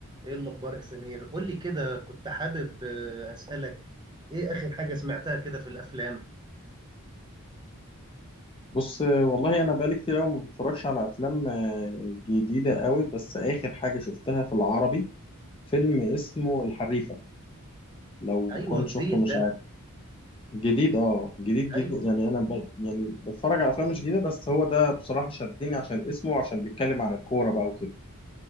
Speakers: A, on the right (about 20°); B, on the left (about 25°).
A: ايه الاخبار يا سمير قول لي كده كنت حابب آه، اسالك ايه اخر حاجه سمعتها كده في الافلام
B: بص والله انا بقالي كتير قوي ما بتفرجش على افلام آه، جديده قوي بس اخر حاجه شفتها في العربي فيلم اسمه الحريفه لو
A: ايوه
B: كنت
A: جديد
B: شفته مش
A: ده
B: عارف جديد اه جديد جديد
A: ايوه
B: يعني انا ب... يعني بتفرج على افلام مش جديده بس هو ده بصراحه شدني عشان اسمه وعشان بيتكلم عن الكوره بقى وكده